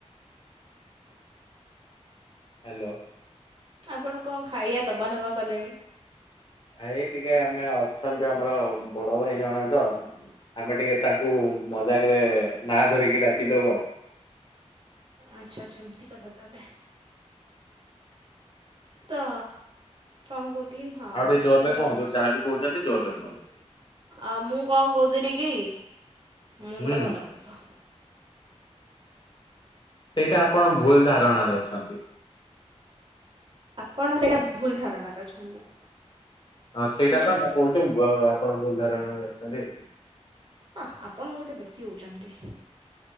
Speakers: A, on the left (about 45°); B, on the right (about 45°).
A: ହାଲୋ।
B: ଆପଣ କଣ ଖାଇବା ଦବା ନେବା କଲେଣି?
A: ନାଇ ଟିକେ ଆମେ ଅଛନ୍ତି ଆମର ବଡ ଭାଇ ଜଣ ତ ଆମେ ଟିକେ ତାଙ୍କୁ ମଜାକରେ ନା ଧରିକି ଡାକିଦଉ ଆଉ।
B: ଆଚ୍ଛା ଆଚ୍ଛା ଏମିତି କଥା ତାହେଲେ। ତ କଣ କହୁଥିଲି ହଁ
A: ଆଉ ଟିକେ ଜୋରରେ କୁହନ୍ତୁ
B: ଜନ୍
A: ଯାହା ବି କହୁଛନ୍ତି ଜୋରରେ କୁହନ୍ତୁ।
B: ଆ ମୁଁ କଣ କହୁଥିଲି କି ମୁଁ
A: ହୁଁ
B: ଗୋଟେ ଭଲ ମଣିଷ।
A: ସେଇଟା ଆପଣ ଭୁଲ ଧାରଣାରେ ଅଛନ୍ତି।
B: ଆପଣ ସେଇଟା ଭୁଲ ଧାରଣାରେ ଅଛନ୍ତି।
A: ହଁ ସେଇଟା
B: ହୁଁ।
A: ପା ମୁ କହୁଛୁ ବ ଆପଣ ଭୁଲ ଧାରଣରେ ଅଛନ୍ତି।
B: ହ ଆପଣ ଗୋଟେ ବେଶୀ ହଉଛନ୍ତି।